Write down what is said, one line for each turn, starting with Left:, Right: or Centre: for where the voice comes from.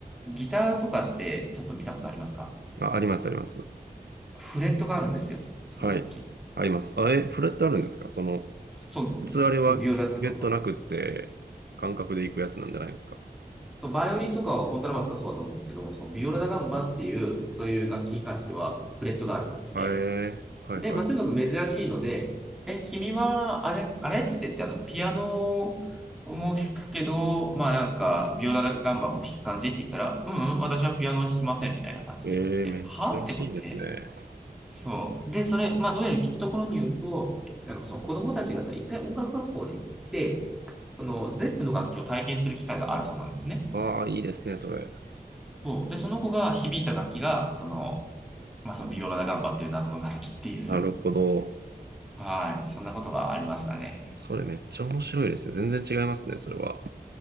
Centre: ギターとかってちょっと見たことありますか
Right: あ、ありますあります。
Centre: フレットがあるんですよ、その楽器。
Right: はい。あります。あえ、フレットあるんですかその、
Centre: そう、
Right: 普通あれはゲットなくって、
Centre: そのビオラって感じは。
Right: 感覚で行くやつなんじゃないですか。
Centre: バイオリンとかはコントラバスはそうだと思うんですけど、そのビオラダガンバっていう、そういう楽器に関しては、フレットがある楽器で。
Right: はい。ええ。はいは
Centre: で、まあ、とにかく珍しいので、え、君は、あれ、あれっつって言って、あの、ピアノも弾くけど、まあなんか、ビオラガンバも弾く感じって言ったら、うん、うん、私はピアノ弾きません、みたいな感じで言われて、
Right: い。ええ、
Centre: はって思って。
Right: 珍しいですね。
Centre: そう。で、それ、まあ、どうやら聞くところによると、なんかその子供たちがさ一回音楽学校に来て、その全部の楽器を体験する機会があるそうなんですね。
Right: ああ、いいですね、それ。
Centre: そう。で、その子が響いた楽器が、その、まあ、そのビオラダガンバっていう謎の楽器っていう。
Right: なるほど。
Centre: <laughs> はい。そんなことがありましたね。
Right: それめっちゃ面白いですね。全然違いますね、それは。